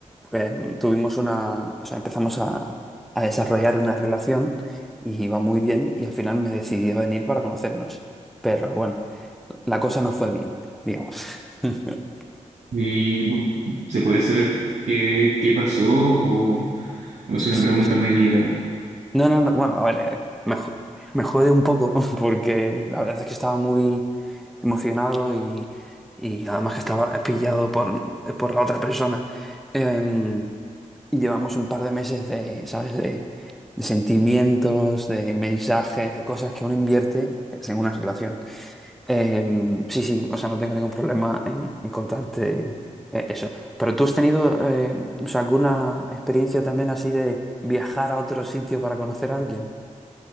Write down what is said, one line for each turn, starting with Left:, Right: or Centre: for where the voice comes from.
Centre: pues, tuvimos una, o sea, empezamos a, a desarrollar una relación y iba muy bien y al final me decidí a venir para conocernos. Pero bueno, la cosa no fue bien, digamos. <laughs>
Right: ¿Y bu- se puede saber qué, qué pasó o, o
Centre: Sí,
Right: es una
Centre: sí,
Right: pregunta
Centre: sí.
Right: muy delicada?
Centre: No, no, no, bueno, a ver, eh, me, jo- me jode un poco <laughs> porque la verdad es que estaba muy emocionado y, y además que estaba pillado por, por la otra persona. Em, Y llevamos un par de meses de, ¿sabes? De, de sentimientos, de mensajes, de cosas que uno invierte en una relación. Eh, sí, sí, o sea, no tengo ningún problema en, en contarte eh, eso. Pero tú has tenido, eh, o sea, alguna experiencia también así de viajar a otro sitio para conocer a alguien.